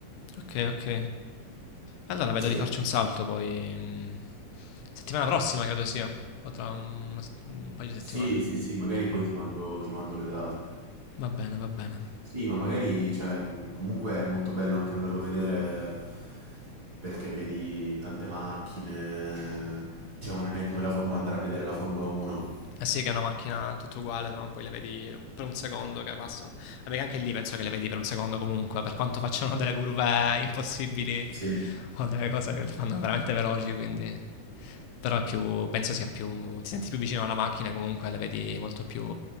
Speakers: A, on the left (about 85°); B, on the right (about 40°).
A: ok, ok. Allora vedo
B: Sì,
A: di farci un salto poi. mm, Settimana prossima credo sia, o tra un, una sett- un paio di
B: sì,
A: settimane.
B: sì, sì, magari poi ti mando ti mando le date.
A: Va bene, va bene.
B: Sì, ma magari, cioè, comunque è molto bello anche andarlo a vedere perché vedi tante macchine, diciamo, non è come la Formula, andare a vedere la Formula 1.
A: Eh sì, che è una macchina tutto uguale, no? Poi le vedi per un secondo che passano. Vabbè, che anche lì penso che le vedi per un secondo comunque, per quanto facciano delle curve impossibili
B: Sì.
A: o delle cose che le fanno veramente veloci, quindi... Però è più, penso sia più... ti senti più vicino alla macchina comunque, le vedi molto più